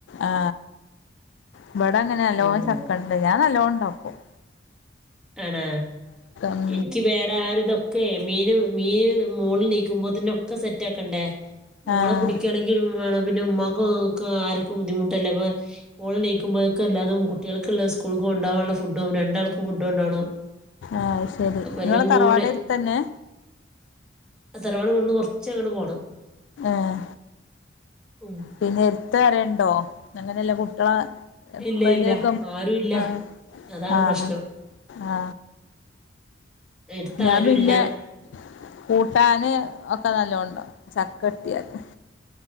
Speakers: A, on the left (about 75°); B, in the centre.
A: ആ ഇവടെ ങ്ങനെ നല്ലോ
B: ഉം
A: ചക്കണ്ട് ഞാൻ നല്ലോ ണ്ടാക്കും
B: ആണാ
A: ഉം
B: എനിക്ക് വേറെ ആരി ഇതൊക്കെ മീൻ മീന് മോള് നീക്കുമ്പോതിനൊക്കെ സെറ്റാക്കണ്ടേ മോളെ
A: ആഹ്
B: പിടിക്കയാണെങ്കിലും മാണം പിന്നെ ഉമ്മാക്ക് ക്ക് ആർക്ക് ബുദ്ധിമുട്ടല്ലേ അപ്പ മോൾ എണീക്ക്മ്പഴേക്ക് അല്ലാതും കുട്ടികൾക്കുള്ള സ്കൂൾ കൊണ്ടവാനുള്ള ഫുഡ്ഡും രണ്ടാൾക്കും ഫുഡ്ഡും കൊണ്ടോണം
A: ആഹ് ശെരി. ഇങ്ങളെ
B: എല്ലാം
A: തറവാടട്ത്തന്നേ?
B: കൂടെ തറവാട് ഇവിടുന്ന് കുറച്ചങ്ങട്ട് പോണം
A: ഓഹ്
B: ഉം
A: പിന്നെ അട്ത്ത് ആരെണ്ടോ? അങ്ങനെയല്ല കുട്ടാ എപ്പഴെങ്കിലുക്കെ
B: ഇല്ല ഇല്ല ആരും ഇല്ല
A: ആ
B: അതാണ്
A: ആ
B: പ്രശ്നം
A: ആ
B: എടുത്ത്
A: ഞാൻ
B: ആരും
A: പിന്നെ
B: ഇല്ല
A: കൂട്ടാന് ഒക്കെ നല്ലോ ചക്കട്ടിയത്